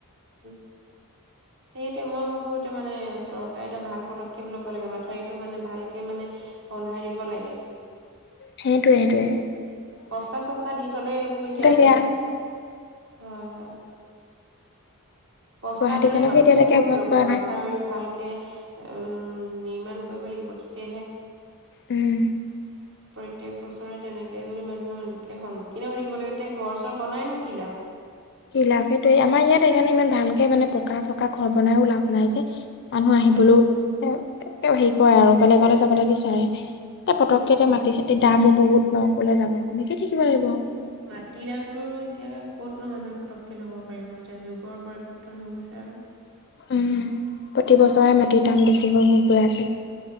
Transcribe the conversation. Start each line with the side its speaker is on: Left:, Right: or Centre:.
Right: উম্, সেইটোৱে মইও ভাবোঁ এটো মানে চৰকাৰে এটা ভাল পদক্ষেপ লব লাগে। মাথাউৰিটো মানে ভালকে মানে বন্ধাই দিব লাগে।
Left: সেইটোয়ে- সেইটোয়ে।
Right: বস্তা চস্তা দি থলে এইবোৰ এতিয়া,
Left: সেয়া
Right: হয় হয়। বস্তা
Left: গুৱাহাটীখনকে
Right: দিলে মাথাউৰি
Left: এতিয়ালৈকে
Right: ক'ত
Left: বধ
Right: ৰ'ব,
Left: কৰা নাই
Right: মাথাউৰি ভালকে উম্‌ নিৰ্মাণ কৰিব লাগিব তেতিয়াহে।
Left: উম
Right: প্ৰত্যক বছৰে তেনেকে যদি মানুহ এনেকে সন্মুখীনে হৈ থাকিব লাগে তে ঘৰ চৰ বনাইনো কি লাভ?
Left: কি লাভ, সেইটোৱে আমাৰ ইয়াত সেইকাৰণে ইমান ভালকে মানে পকা চকা ঘৰ বনাইও লাভ নাই যে। মানুহ আহিবলৈও
Right: অ
Left: তেওঁ হেই কৰে আৰু বেলেগলে যাবলে বিচাৰে। পতককে
Right: বিচাৰে
Left: এতিয়া মাটি চাটিৰ দামো বহুত ন, কলে যাব। এনেকেই থাকিব লাগিব।
Right: মাটি দামটো এতিয়া কতনো মানুহে পটককে ল'ব পাৰিব, এতিয়া যুগৰ পৰিবৰ্তন হৈ গৈছে আৰু
Left: উম, প্ৰতি বছৰে মাটিত দাম বেছি হৈ-হৈ গৈ আছে।